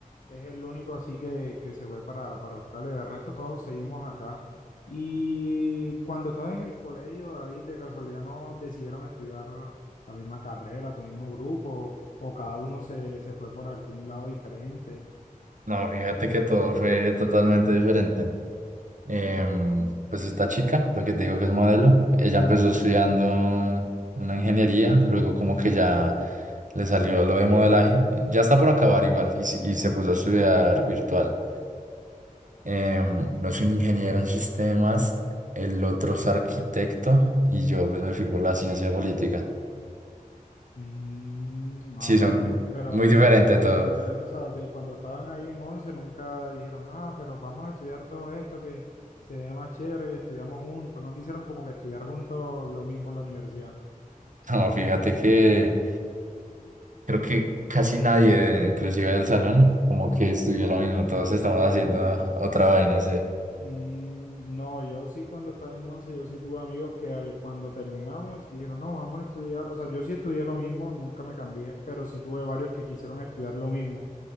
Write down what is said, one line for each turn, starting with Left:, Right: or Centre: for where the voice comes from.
Left: es el único así que, que se fue para, para Australia. De resto, todos seguimos acá. Y cuando estabas en el colegio, David, de casualidad no decidieron estudiar la misma carrera, tu mismo grupo, o cada uno se, se fue por algún lado diferente.
Right: No, fíjate que todo fue totalmente diferente. Em, pues esta chica, la que te digo que es modelo, ella
Left: Sí.
Right: empezó estudiando una ingeniería, luego como que ya le salió lo de modelaje, ya está por acabar igual y, se y se puso a estudiar virtual. Em, uno es un ingeniero en sistemas, el otro es arquitecto y yo pues me fui por la ciencia política.
Left: Mm, ah,
Right: Sí,
Left: pero,
Right: son
Left: pero,
Right: muy diferentes
Left: pero,
Right: todo.
Left: pero interesa,
Right: <laughs>
Left: o sea, de cuando estaban ahí en 11 nunca dijeron, ah, pero vamos a estudiar todo esto que se ve más chévere y estudiamos juntos. No quisieron como que estudiar juntos lo mismo en la universidad.
Right: No, fíjate que creo que casi nadie, inclusive del salón, como que estudió lo mismo, todos
Left: Estudio
Right: estamos haciendo
Left: la-
Right: otra vaina, sí.
Left: Mm, no, yo sí cuando estaba en 11 yo sí tuve amigos que al, cuando terminamos dijeron, no, vamos a estudiar, o sea, yo sí estudié lo mismo, nunca me cambié, pero sí tuve varios que quisieron estudiar lo mismo.